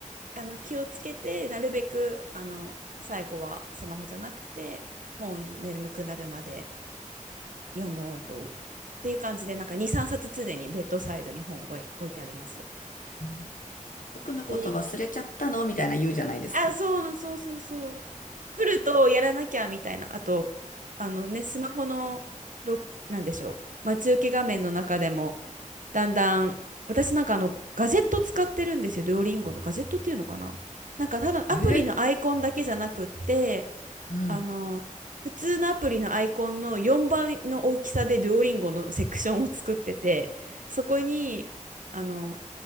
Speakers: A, on the right (about 75°); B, on the left (about 80°).
A: あの気をつけて、なるべく、あの、最後はスマホじゃなくて、本眠くなるまで読もうと。っていう感じで、なんか2、3冊常にベッドサイドに本を置いてあります。
B: うん僕のこと忘れちゃったのみたいな言うじゃないですか。
A: で、あ、そうそうそうそう。来るとやらなきゃみたいな。あと、あのね、スマホの、ろ、なんでしょう、待ち受け画面の中でも、だんだん、私なんかあの、ガジェット使ってるんですよ。デュオリンゴのガジェットっていうのかな。なんかただアプリのアイコンだけじゃなくって、
B: えうん。
A: あの、普通のアプリのアイコンの4倍の大きさでデュオリンゴのセクションを作ってて、そこに、あの、